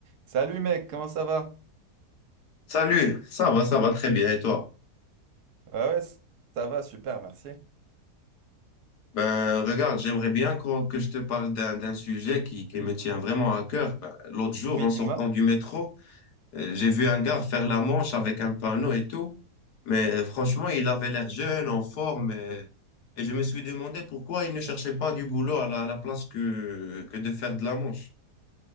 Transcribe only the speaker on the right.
Salut mec, comment ça va?
Ouais, ouais, ça va, super, merci.
Oui,
dis-moi.